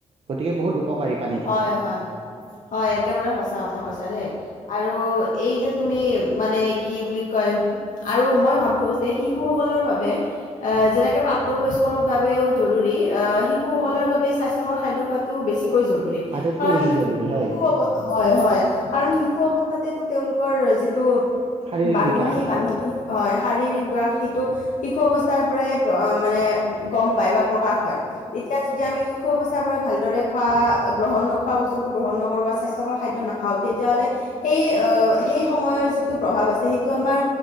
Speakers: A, on the right (about 50°); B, on the left (about 90°).
A: গতিকে বহুত উপকাৰী। পানীটো
B: হয়-হয়, হয়, একেবাৰে সঁচা কথা কৈছা দেই। আৰু এই যে তুমি, মানে কি বুলি কয় আৰু মই ভাবো, যে শিশুসকলৰ বাবে আহ, যেনেকে প্ৰাপ্তবয়স্কৰ বাবেও জৰুৰী। আহ, শিশুসকলৰ বাবে, স্বাস্থ্যকৰ খাদ্য খোৱা টো বেছিকৈ জৰুৰী।
A: আটাইতকৈ
B: কাৰণ,
A: বেছি জৰুৰী হয়
B: <unintelligible> হয়-হয়, কাৰণ শিশু অৱস্থাতেতো, তেওঁলোকৰ যিটো
A: শাৰীৰিক
B: বান্ধোন,
A: বিকাশ
B: সেই বান্ধোনটো হয়, শাৰীৰিক ৱাক সেইটো, শিশু অৱস্থাৰ পৰাই মানে, গম পায় বা প্ৰকাশ হয়। তেতিয়া যদি আমি, শিশু অৱস্থাৰ পৰাই ভালদৰে খোৱা গ্ৰহণ নোখোৱা বস্তুোবোৰ গ্ৰহণ নকৰোঁ বা স্বাস্থ্যকৰ খাদ্য নাখাওঁ, তেতিয়াহ'লে সেই অ', সেই সময়ৰ যিটো প্ৰভাৱ আছে, সেইটো আমাৰ